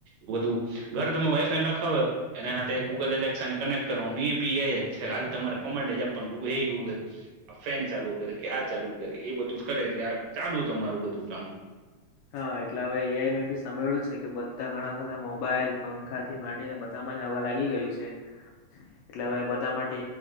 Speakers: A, on the right; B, on the left.
A: બધું ગર ખાવ એના ગૂગલ એલેક્શનને કનેક્ટ કરવાનું, એ બી એ આઈ જ છે હાલ તમારે જ આપવાનું ગૂગલ એ ગૂગલ આ ફેન ચાલુ કરે કે આ ચાલુ કરે એ બધું જ કરે એટલે આ ચાલુ તમારું બધું કામ
B: હા એટલે હવે એઆઈ મેં ભી સભ્યળું છે કે બધા ઘણા બધા મોબલ મોબાઈલ પંખાથી માંડીને બધામાં જ આવવા લાગી ગયું છે એટલે હવે બધા માટે